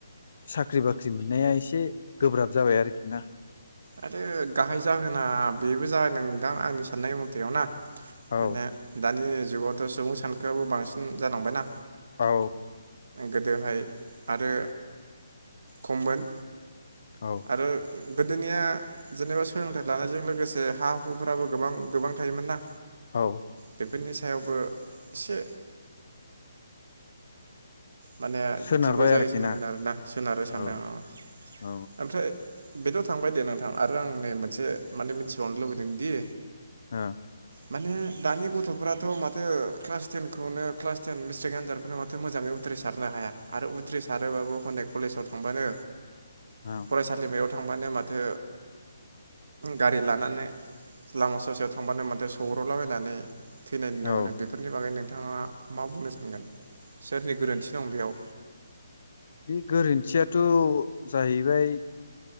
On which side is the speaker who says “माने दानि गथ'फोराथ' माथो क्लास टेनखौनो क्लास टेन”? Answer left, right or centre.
Right